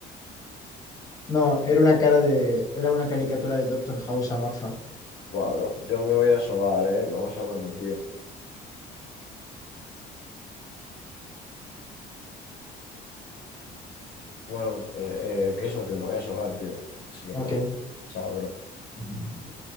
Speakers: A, on the left; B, on the left.
A: No, era una cara de, era una caricatura del Doctor House amorfa.
B: Buah, bro, yo me voy a sobar, eh. Vamos hablando, tío. Bueno, pues eh, que eso que me voy a sobar, tío. Así que
A: Ok.
B: nada. Chao, bro.
A: Ujú.